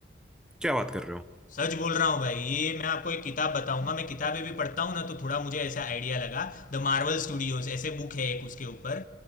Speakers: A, in the centre; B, on the left.
A: क्या बात कर रहे हो
B: सच बोल रहा हूँ भाई ये मैं आपको एक किताब बताऊंगा मैं किताबें भी पढ़ता हूँ ना तो थोड़ा मुझे ऐसा आइडिया लगा द मार्वल स्टूडियोज ऐसे बुक है एक उसके ऊपर